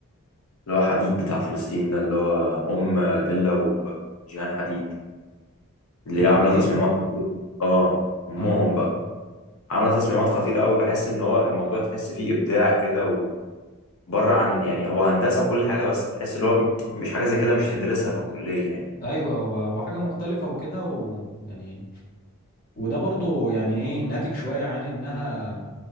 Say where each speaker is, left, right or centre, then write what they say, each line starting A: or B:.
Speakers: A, on the left (about 75°); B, on the left (about 40°).
A: اللي هو حديد بتاع فلسطين ده اللي هو ام بيلا وجيهان حديد اللي
B: لا
A: هي عاملة
B: حديد
A: تصميمات خطيرة اه امهم
B: اه
A: بقى عاملة تصميمات خطيرة قوي بحس ان هو الموضوع تحس فيه ابداع كده بره عن يعني هو هندسه وكل حاجه بس بتحس اللي هو مش حاجه زي كده مش تدرسها في الكليه يعني
B: ايوه و- وحاجه مختلفه وكده ويعني وده برضو يعني ايه ناتج شويه عن انها